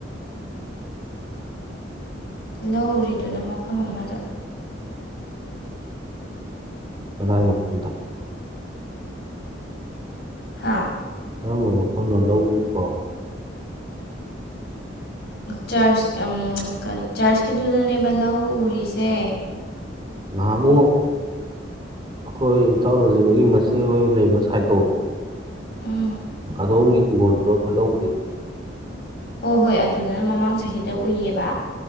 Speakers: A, on the left; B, on the right.
A: ꯂꯧ ꯎꯔꯤꯗꯨꯅ ꯃꯐꯝ ꯑꯃꯗ
B: ꯀꯗꯥꯕꯨ ꯐꯗ
A: ꯍꯥꯥ
B: ꯀꯔꯝꯕ ꯃꯐꯝꯅꯣ ꯂꯧꯎꯔꯤꯅꯣ
A: ꯆꯥꯔꯆ ꯀꯔꯤ ꯆꯥꯔꯆꯀꯤꯗꯨꯗꯅꯦꯕ ꯂꯧ ꯎꯔꯤꯁꯦ
B: ꯉꯥꯏꯍꯥꯛ ꯑꯃꯨꯛ ꯑꯩꯈꯣꯏ ꯏꯇꯥꯎꯔꯣꯖꯤꯔꯣꯏꯒꯤ ꯃꯆꯦꯍꯣꯏ ꯂꯩꯕ ꯁꯥꯏꯠꯇꯣ
A: ꯎꯝ
B: ꯑꯗꯣꯝꯒꯤ ꯍꯤꯡꯒꯣꯜꯗꯨꯔꯣ ꯑꯃ ꯂꯧꯈꯔꯤꯁ
A: ꯍꯣꯏ ꯍꯣꯏ ꯑꯗꯨꯗꯅ ꯃꯃꯥꯡ ꯆꯍꯤꯗ ꯎꯏꯌꯦꯕ